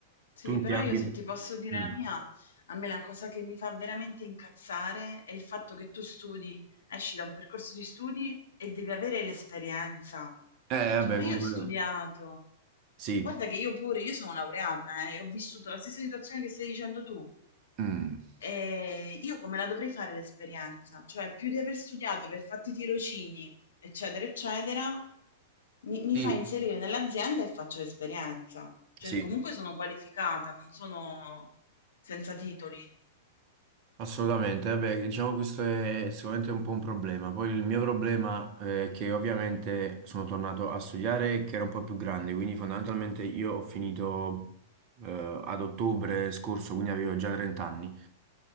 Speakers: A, on the left; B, on the right.
A: Sì,
B: Tu in
A: però
B: che ambito?
A: io se ti posso dire
B: Mm.
A: la mia, a me la cosa che mi fa veramente incazzare è il fatto che tu studi Esci da un percorso di studi e devi avere l'esperienza.
B: Eh, vabbè,
A: Cioè, ma
B: comunque,
A: io ho studiato.
B: sì.
A: Guarda che io pure, io sono laureata, eh, e ho vissuto la stessa situazione che stai dicendo tu.
B: Mm,
A: E io come la dovrei fare l'esperienza? Cioè, più di aver studiato, aver fatto i tirocini, eccetera, eccetera, mi, mi
B: Sì,
A: fa inserire nell'azienda e faccio l'esperienza. Cioè,
B: sì,
A: comunque sono qualificata, non sono senza titoli.
B: assolutamente. Vabbè, diciamo questo è sicuramente un po' un problema. Poi il mio problema eh, è che ovviamente sono tornato a studiare e che era un po' più grande, quindi fondamentalmente io ho finito eh, ad ottobre scorso, quindi avevo già 30 anni.